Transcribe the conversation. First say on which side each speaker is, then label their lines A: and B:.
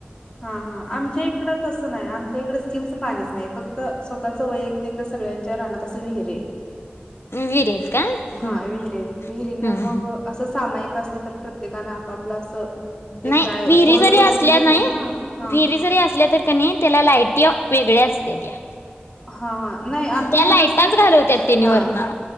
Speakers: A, on the left (about 25°); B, on the left (about 85°).
A: हां हा आमचे इड तसं नाही. आमच्या इकडे स्कीमच पाणीच नाही. फक्त स्वतःच वैयक्तिक सगळ्यांच्या रानात असं विहिरीत.
B: विहिरी आहेत का
A: हा
B: हम्म
A: विहिरीयत. विहिरीना
B: हम्म
A: मग
B: हम्म
A: असं सामायिक असले तर प्रत्येकानं आपापला असं ते
B: नाही
A: काय
B: विहिरी
A: बोर्ड
B: जरी
A: बसवून
B: असल्या
A: घेतात
B: नाही
A: ना हां,
B: विहिरी जरी असल्या तरी कनी, त्याला लाईटी वेगळ्या असते त्या.
A: हा हा नाही आमच्या
B: त्या
A: इथं
B: लाईटाच
A: कसंय.
B: घालवत्यात त्यांनी
A: हा.
B: वरनं